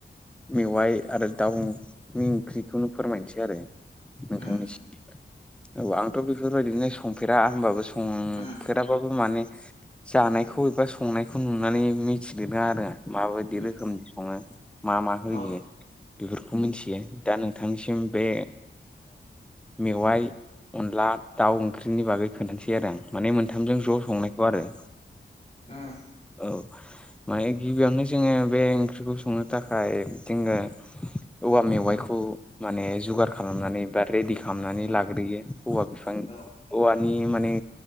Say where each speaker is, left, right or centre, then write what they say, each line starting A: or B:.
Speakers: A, in the centre; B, on the left (about 35°).
A: मेवाय आरो दाउनि ओंख्रिखौनो फोरमायनोसै आरो नोंथांनिसिम
B: उम
A: औ आंथ' बेफोरबायदिनो संफेरा होनबाबो संफेराबाबो
B: उम
A: माने जानायखौ एबा संनायखौ नुनानै मिथिदों आरो माबायदि
B: उम
A: रोखोमनि सङो मा मा होयो।
B: औ
A: बेफोरखौ मिथियो दा नोंथांनिसिम बे मेवाइ अनला दाउ ओंख्रिनि बागै खोनानोसै आरो आं। माने मोनथामजों ज' संनायखौ आरो
B: ओं
A: औ माने गिबियावनो जोंङो बे ओंख्रिखौ संनो थाखाय जोंङो औवा मेवाइखौ माने जगार खालामनानै बा रेडि खालामनानै
B: उम
A: लाग्रोयो हौवा बिफां
B: औ
A: औवानि माने